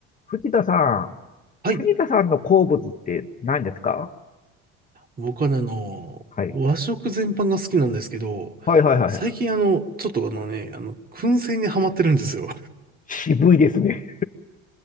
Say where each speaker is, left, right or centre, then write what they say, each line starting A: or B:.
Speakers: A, on the left (about 25°); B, on the right (about 30°).
A: 藤田さん、
B: はい。
A: 藤田さんの好物って何ですか
B: 僕はね、あの、
A: はい。
B: 和食全般が好きなんですけど、
A: はいはいはい。
B: 最近あの、ちょっとあのね、あの、燻製にハマってるんですよ。
A: 渋いですね。